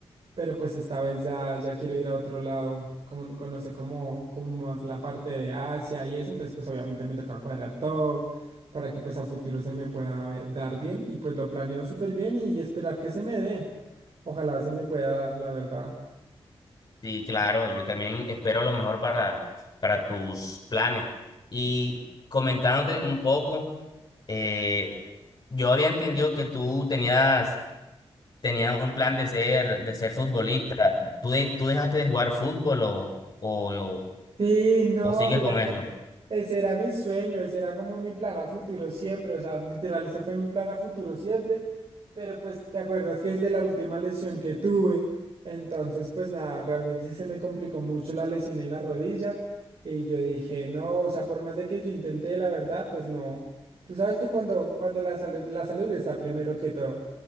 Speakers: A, on the right; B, on the left.
A: pero pues esta vez ya, ya quiero ir a otro lado, como, conocer como, como más la parte de Asia y eso, entonces pues obviamente me toca cuadrar todo para que pues a futuro se me pueda ve- dar bien y pues lo planeo súper bien y esperar que se me dé. Ojalá se me pueda dar, la verdad.
B: Sí, claro, yo también espero lo mejor para, para tus planes. Y comentándote un poco, eh, yo había entendido que tú tenías, tenías un plan de ser, de ser futbolista. ¿Tú, de- tú dejaste de jugar fútbol o, o,
A: Sí, no,
B: o sigues
A: mira
B: con eso?
A: que ese era mi sueño, ese era como mi plan a futuro siempre, o sea, literal, ese fue mi plan a futuro siempre, pero pues te acuerdas que desde la última lesión que tuve, entonces pues nada, realmente se me complicó mucho la lesión en la rodilla y yo dije, no, o sea, por más de que yo intenté, la verdad, pues no, tú sabes que cuando, cuando la salud, la salud está primero que todo.